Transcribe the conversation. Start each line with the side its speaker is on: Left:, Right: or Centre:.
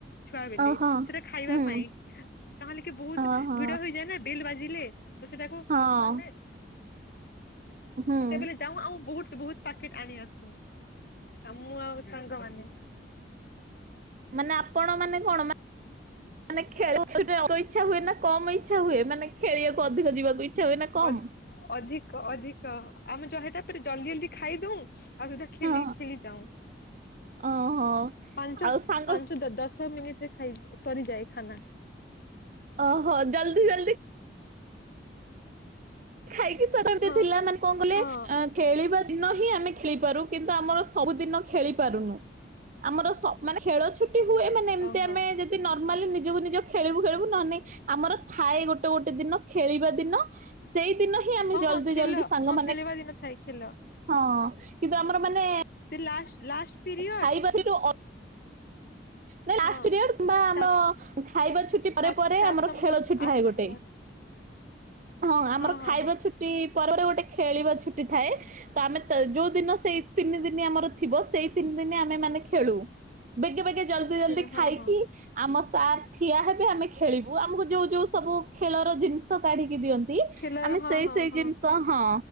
Left: ଛୁଆ ବିଲି
Right: ଓହୋ
Left: ସେଟା ପାଇବା
Right: ହୁଁ
Left: ପାଇଁ କାଲେ କି ବହୁତ
Right: ଓହୋ
Left: ଭିଡ ହେଇଯାଏ ନା ବେଲ ବାଜିଲେ। ତ ସେଟାକୁ
Right: ହଁ
Left: ଆମେ
Right: ହୁଁ।
Left: ସେତେବେଳେ ଯାଉ ଆଉ ବହୁତ ତୁ ବହୁତ ପାକେଟ ଆଣି ଆସୁ ଆ ମୁଁ ଆଉ ସାଙ୍ଗମାନେ।
Right: ମାନେ ଆପଣ ମାନେ କଣ ମେ ମାନେ ଖେଳ ଖେଳିବା ପାଇଁ ଅଳ୍ପ ଇଚ୍ଛା ହୁଏ ନା କମ ଇଚ୍ଛା ହୁଏ ମାନେ ଖେଳିବାକୁ ଅଧିକ ଯିବାକୁ ଇଚ୍ଛା ହୁଏ ନା କମ
Left: ଅ ଅଧିକ ଅଧିକ ଆମେ ଜହେଟା ପୁର ଜଲଦି ଜଲଦି ଖାଇଦଉ ଆଉ ସୁଧା ଖେଳି
Right: ହଁ
Left: ଖେଳି ଯାଉ,
Right: ଓହୋ
Left: ପାଞ୍ଚ
Right: ଆଉ ସାଙ୍ଗ
Left: ପାଞ୍ଚ ଦଶ ମିନିଟ ଖାଇ ସରି ଯାଏ ଖାନା
Right: ଓହୋ ଜଲଦି ଜଲଦି ଖାଇକି ସେତେବେଳେ
Left: ହଁ
Right: ଥିଲା ମାନେ କଣ କଲେ
Left: ହଁ
Right: ଖେଳିବା ଦିନ ହିଁ ଆମେ ଖେଳିପାରୁ କିନ୍ତୁ ଆମର ସବୁଦିନ ଖେଳି ପାରୁନୁ, ଆମର ମାନେ ଖେଳ ଛୁ ଟି ହୁଏ ମାନେ ଏମିତି
Left: ଓହୋ
Right: ଆମେ ଯଦି ନର୍ମାଲି ନିଜକୁ ନିଜ ଖେଳିବୁ ଖେଳିବୁ ନ ନାଇଁ ଆମର ଥାଏ ଗୋଟେ ଗୋଟେ ଦିନ ଖେଳିବା ଦିନ। ସେଇତ ଦିନ ହିଁ ଆମେ
Left: ହଁ
Right: ଜଲଦି
Left: ହଁ ଖେଲ
Right: ଜଲଦି ସାଙ୍ଗମାନେ
Left: ହଁ ଖେଳିବା ଦିନ ଥାଏ ଖେଲ।
Right: ହଁ କିନ୍ତୁ ଆମର ମାନେ
Left: ସେ ଲାଷ୍ଟ ଲାଷ୍ଟ ପିରିୟଡ
Right: ଖାଇବା ସେଠୁ ଅ ନା ଲାଷ୍ଟ
Left: ହଁ।
Right: ପିରିୟଡ଼ କିମ୍ବା ଆମ
Left: ସାତ
Right: ଖାଇବା ଛୁଟି ପରେ
Left: ସାତ
Right: ପରେ
Left: ସାତ
Right: ଆମର
Left: ନମ୍ବର
Right: ଖେଳ ଛୁଟି
Left: ଆଠ
Right: ଥାଏ ଗୋଟେ
Left: ନମ୍ବର
Right: । ହଁ ଆମର
Left: ହଁ
Right: ଖାଇବା
Left: ହଁ
Right: ଛୁଟି ପରେ ଗୋଟେ ଗୋଟେ ଖେଳିବା ଛୁଟି ଥାଏ ତ ଆମେ ଯୋଉ ଦିନ ସେଇ ତିନି ଦିନ ଆମର ଥିବ ସେଇ ତିନି ଦିନ ଆମେ ମାନେ ଖେଳୁ ବେଗେ ବେଗେ ଜଲଦି
Left: ଖେଳ
Right: ଜଲଦି ଖାଇକି
Left: ହଁ ହଁ।
Right: ଆମ ଚାର ଠିଆ ହେବେ ଆମେ ଖେଳିବୁ ଆମକୁ ଯୋଉ ଯୋଉ ସବୁ ଖେଳର ଜିନିଷ କାଢିକି ଦିଅନ୍ତି ନ୍ତି
Left: ଖେଲର
Right: ଆମେ
Left: ହଁ
Right: ସେଇ
Left: ହଁ
Right: ସେଇ
Left: ହଁ
Right: ଜିନିଷ ହଁ